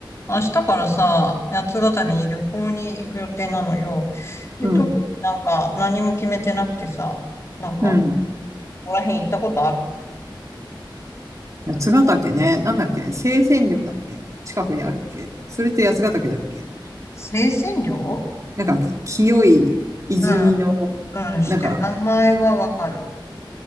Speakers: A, on the left; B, on the right.
A: 明日からさ、八ヶ岳に旅行に行く予定なのよ。で、
B: うん。
A: 特になんか何も決めてなくてさ、なんか、
B: うん。
A: ここら辺行ったことある
B: 八ヶ岳ね。なんだっけ清泉陵だっけ近くにあるっけそれって八ヶ岳だっけ
A: 生鮮料
B: なんか、清い泉の、
A: うん、うん、して、
B: なんか、
A: 名前はわかる。